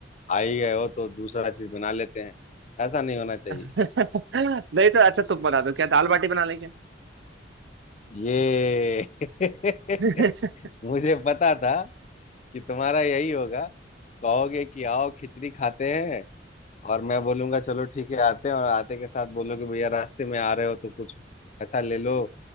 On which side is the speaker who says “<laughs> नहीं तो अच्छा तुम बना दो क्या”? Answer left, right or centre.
Right